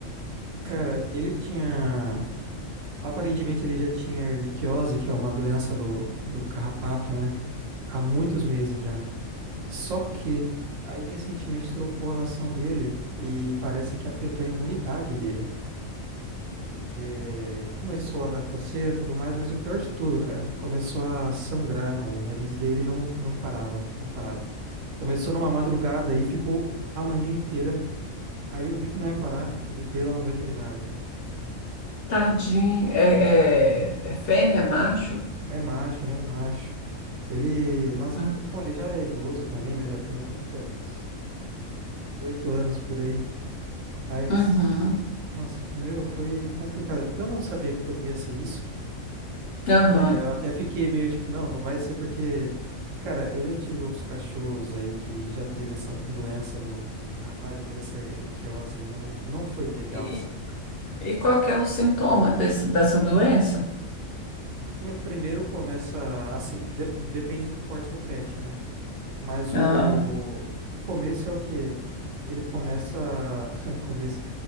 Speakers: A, on the right; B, on the left.
A: Cara, ele tinha. Aparentemente ele já tinha ehrlichiose, que é uma doença do, do carrapato, né? Há muitos meses já. Só que aí recentemente trocou a ração dele e parece que afetou a imunidade dele. Porque começou a dar coceira e tudo mais, mas o pior de tudo, cara, começou a sangrar. O nariz dele não, não parava, não parava. Começou numa madrugada e ficou a manhã inteira. Aí eu vi que não ia parar, levei lá no veterinário, cara.
B: Tadinho. É, é, é fêmea, é macho?
A: É macho, ele é um macho. Ele, nossa,
B: Hum.
A: bom, ele já é idoso também, né? Já tem <laughs> o quê, uns uns oito anos por aí. Mas,
B: Uhum,
A: nossa, meu, foi complicado. Eu não sabia que poderia ser isso.
B: aham.
A: né? Eu até fiquei meio tipo, não, não vai ser porque, cara, eu já tive outros cachorros aí que já teve essa doença do carrapato, já teve essa erliquiose aí, não, não foi legal,
B: E,
A: sabe?
B: e qual que é o sintoma desse, dessa doença?
A: Meu, primeiro começa, assim, de- depende do porte do pet, né? Mas
B: Ah,
A: o, o começo é o quê? Ele começa, <laughs> o começo,